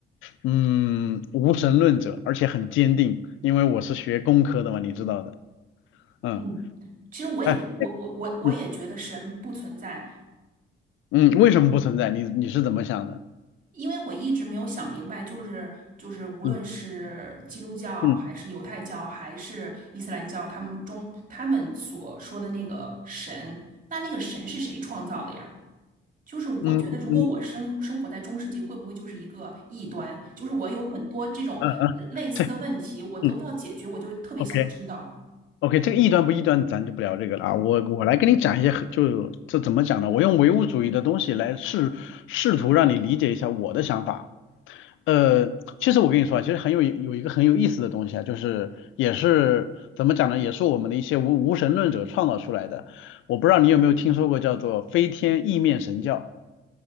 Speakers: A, on the left; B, on the right.
A: 嗯无神论者，而且很坚定，因为我是学工科的嘛，你知道的，嗯，
B: 嗯，其实我也我我我我也觉得神不存在，
A: 哎，嗯嗯，为什么不存在？你你是怎么想的？
B: 因为我一直没有想明白，就是就是无论是基督教还是犹太教还是伊斯兰教，
A: 嗯嗯
B: 他们中他们所说的那个神，那那个神是谁创造的呀？就是我觉得，
A: 嗯嗯。
B: 如果我生生活在中世纪，会不会就是一个异端？就是我有很多这种类类似的问题，
A: 嗯嗯，嗯对，
B: 我得不到解决，
A: 嗯
B: 我就特别想知道，
A: ，OK OK，这个异端不异端，咱就不聊这个了啊。
B: 嗯，
A: 我我来跟你讲一些很就这怎么讲呢？我用唯物主义的东西来试试图让你理解一下我的想法。呃，其实我跟你说啊，其实很有有一个很有意思的东西啊，就是也是怎么讲呢？也是我们的一些无无神论者创造出来的。我不知道你有没有听说过叫做飞天意面神教，